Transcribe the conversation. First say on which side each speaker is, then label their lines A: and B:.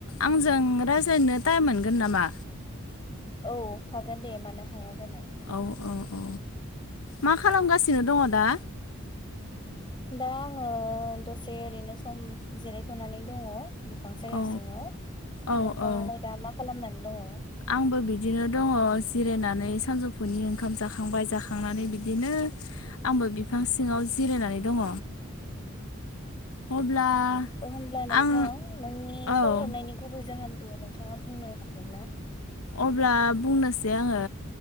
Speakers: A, on the left; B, on the left.
A: आंजों रायज्लायनो टाइम मोनगोन नामा
B: औ हागोन दे मानो हाया जानो
A: औ औ अ मा खालामगासिनो दङ दा
B: दा आङो दसे ओरैनो सम जिरायथ'नानै दङ बिफां साया
A: औ
B: सिङाव
A: औ
B: नोंथाङालाय
A: औ
B: दा मा खालामनानै दङ
A: आंबो बिदिनो दङ जिरायनानै सानजौफुनि ओंखाम जाखांबाय जाखांनानै बिदिनो आंबो बिफां सिङाव जिरायनानै दङ अब्ला
B: थ' होमब्ला नोंथां
A: आं
B: नोंनि
A: औ
B: कल हरनायनि गुबै जाहोनखौ नोंथां हा बुंनो हागोन ना
A: अब्ला बुंनोसै आङो